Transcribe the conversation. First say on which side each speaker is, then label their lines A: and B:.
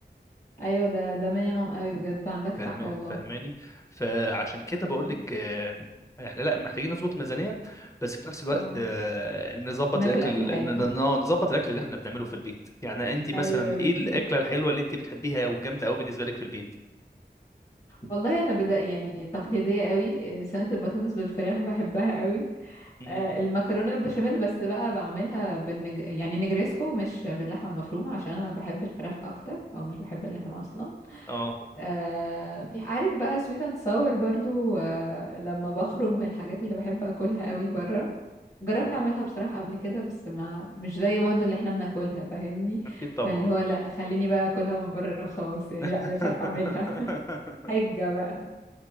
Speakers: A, on the left; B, on the left.
A: ايوه ده ده مينيمم قوي بجد عندك حق
B: فاهم
A: والله
B: فاهماني فعشان كده
A: اه
B: بقول لك آه، احنا لا محتاجين نظبط الميزانيه بس في نفس الوقت
A: اه
B: آه، نظبط
A: ناكل
B: الاكل
A: اكل حلو
B: ن- ن- نظبط الاكل اللي احنا بنعمله في البيت يعني انت
A: ايوه
B: مثلا ايه
A: بالظبط
B: الاكله الحلوه اللي انت بتحبيها وجامده قوي بالنسبه لك في البيت
A: والله انا بدأ يعني تقليديه قوي آه، سلطه البطاطس بالفراخ بحبها قوي
B: مم.
A: آه، المكرونه بالبشاميل بس بقى بعملها بالنج... يعني نجريسكو مش باللحمه المفرومه عشان انا بحب الفراخ اكتر او مش بحب اللحمه اصلا
B: اه
A: آه، في عارف بقى سويت اند ساور برضو آه، لما بخرج من الحاجات اللي بحب اكلها قوي بره جربت اعملها بصراحه قبل كده بس ما مش زي برضو اللي احنا بناكلها فاهمني
B: اكيد طبعا
A: فاللي هو لا خليني بقى اكلها من بره وخلاص يعني
B: <laughs>
A: لا انا مش عارفه اعملها <laughs> حجه بقى